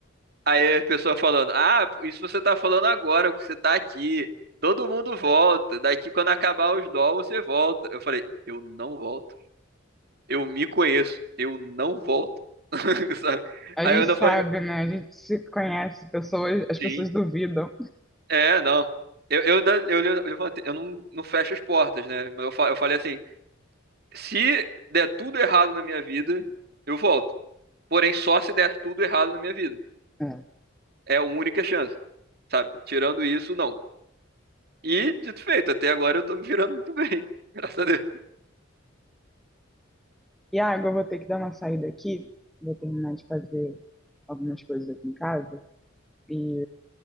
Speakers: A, on the right; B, in the centre.
A: Aí a pessoa falando, ah, isso você tá falando agora, porque você tá aqui. Todo mundo volta. Daqui quando acabar os dó, você volta. Eu falei, eu não volto. Eu me conheço. Eu não volto. <laughs> Sabe?
B: A
A: Aí
B: gente
A: eu ainda
B: sabe,
A: falei,
B: né? A gente se conhece, pessoas, as
A: sim,
B: pessoas duvidam.
A: é, não. Eu, eu ainda eu, le- eu levantei, eu não, não fecho as portas, né? Mas eu, fa- eu falei assim, se der tudo errado na minha vida, eu volto. Porém, só se der tudo errado na minha vida.
B: É.
A: É a única chance, sabe? Tirando isso, não. E, dito e feito, até agora eu tô me virando muito bem. <laughs> Graças a Deus.
B: E ah, agora eu vou ter que dar uma saída aqui, vou terminar de fazer algumas coisas aqui em casa. E...